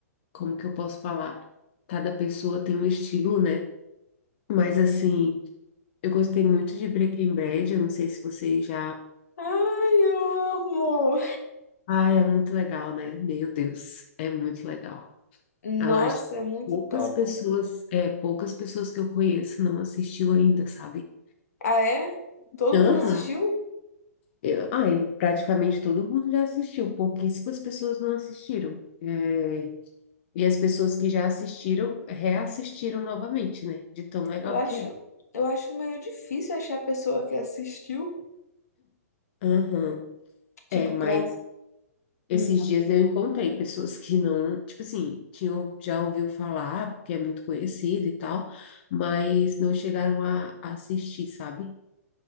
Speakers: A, on the left; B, on the left.
A: como que eu posso falar? Cada pessoa tem um estilo, né? Mas assim, eu gostei muito de Breaking Bad, eu não sei se vocês já.
B: Ai, eu amo!
A: Ah, é muito legal, né? Meu Deus, é muito legal.
B: Nossa,
A: Eu acho que
B: é muito
A: poucas
B: top.
A: pessoas, é, poucas pessoas que eu conheço não assistiu ainda, sabe?
B: Ah, é? Todo
A: Aham.
B: mundo assistiu?
A: Eu, ai, praticamente todo mundo já assistiu, pouquíssimas pessoas não assistiram. É, e as pessoas que já assistiram, reassistiram novamente, né? De tão legal
B: Eu acho,
A: que é.
B: eu acho meio difícil achar a pessoa que assistiu.
A: Aham. É,
B: Tipo,
A: mas
B: pra.
A: Esses
B: Hum.
A: dias eu encontrei pessoas que não, tipo assim, tinham, já ouviu falar, porque é muito conhecido e tal, mas não chegaram a, a assistir, sabe?